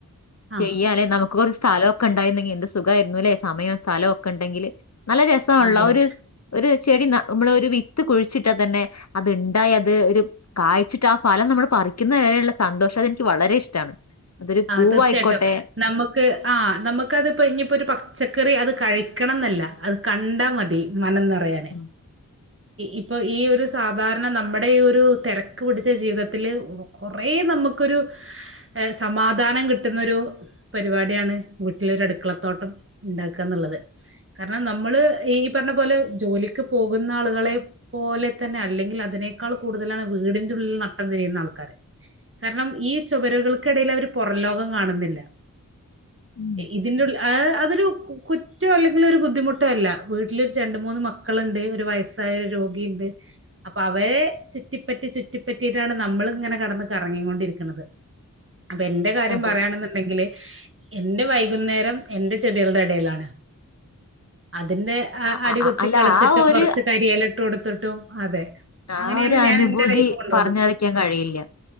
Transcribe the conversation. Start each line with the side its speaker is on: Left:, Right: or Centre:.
Right: ആഹ്
Left: ചെയ്യാലെ നമുക്ക് ഒരു സ്ഥലൊക്കെ ഉണ്ടായിരുന്നെങ്കിൽ എന്ത് സുഖായിരുന്നല്ലേ സമയോ സ്ഥലമൊക്കെ ഉണ്ടെങ്കില് നല്ല രസാനള്ളോ
Right: അതെ
Left: ഒരു
Right: അതെ
Left: ഒരു ചെടി ന നമ്മള് ഒരു വിത്ത് കുഴിച്ചിട്ടാ തന്നെ അത്ണ്ടായ അത് ഒരു കായ്ച്ചിട്ട് ആ ഫലം നമ്മൾ പറിക്കുന്ന വരെയുള്ള സന്തോഷം അതെനിക്ക് വളരെ ഇഷ്ടമാണ് അതൊരു
Right: ആ
Left: പൂവായിക്കോട്ടെ
Right: തീർച്ചയായിട്ടും. നമുക്ക് ആ നമുക്ക് അതിപ്പോ ഇനിപ്പോ ഒരു പച്ചക്കറി അത് കഴിക്കണം എന്നല്ല അത് കണ്ടാ മതി മനം നിറയാന്
Left: ഉം.
Right: ഇപ്പൊ ഈ ഒരു സാധാരണ നമ്മുടെ ഈ ഒരു തിരക്ക് പിടിച്ച ജീവിതത്തില് കുറേ നമുക്കൊരു ഏഹ് സമാധാനം കിട്ടുന്നൊരു പരിപാടിയാണ് വീട്ടിലരു അടുക്കളത്തോട്ടം ഉണ്ടാക്കുക എന്നുള്ളത് കാരണം നമ്മള് ഈ പറഞ്ഞ പോലെ ജോലിക്ക് പോകുന്ന ആളുകളെ പോലെ തന്നെ അല്ലെങ്കിൽ അതിനേക്കാൾ കൂടുതലാണ് വീടിന്റെ ഉള്ളിൽ നട്ടം തിരിയുന്ന ആൾക്കാര് കാരണം ഈ ചുവരുകൾക്കിടയിൽ അവര് പുറംലോകം കാണുന്നില്ല
Left: ഉം.
Right: ഇതിന്റെ ഉള്ളി അതൊരു കുറ്റോ അല്ലെങ്കിൽ ഒരു ബുദ്ധിമുട്ടോ അല്ല വീട്ടിലൊരു രണ്ട മൂന്ന് മക്ക മക്കളുണ്ട് ഒരു വയസ്സായ ഒരു രോഗിയുണ്ട് അപ്പൊ അവരെ ചുറ്റിപ്പറ്റി ചുറ്റിപ്പറ്റിയിട്ടാണ് നമ്മള ഇങ്ങനെ കടന്ന കറങ്ങിക്കൊണ്ടിരിക്കുന്നത് അപ്പൊ എന്റെ കാര്യം
Left: അതെ
Right: പറയാണെന്നുണ്ടെങ്കില് എന്റെ വൈകുന്നേരം എൻറെ ചെടികളുടെ ഇടയിലാണ് അതിന്റെ ആ
Left: അ-
Right: അടികൊത്തി
Left: അ- അ- അല്ല
Right: കളച്ചിട്ടും
Left: ആ ഒരു
Right: കൊറച്ച് കരില ഇട്ടും കൊടുത്തിട്ടും അതെ
Left: ആ
Right: അങ്ങനെയാണ്
Left: ഒരു
Right: ഞാൻ
Left: അനുഭൂതി
Right: എന്റെ ലൈഫ് കൊണ്ടിർന്ന
Left: പറഞ്ഞറിയിക്കാൻ കഴിയില്ല